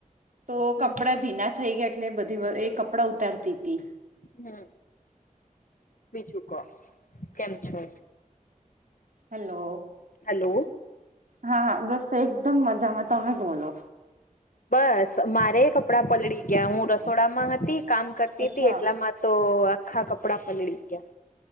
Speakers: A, on the right; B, on the left.
A: તો
B: હમ
A: કપડા
B: હમ
A: ભીના થઈ ગયા એટલે એ બધી એ કપડાં ઉતારતી હતી
B: હમ બીજું કો કેમ છો
A: હેલો
B: હલો
A: હા બસ એકદમ મજામાં તમે બોલો
B: બસ મારે કપડાં પલળી ગયા હું રસોડામાં હતી કામ કરતી
A: અચ્છા
B: હતી એટલામાં તો આખા કપડા પલળી ગયા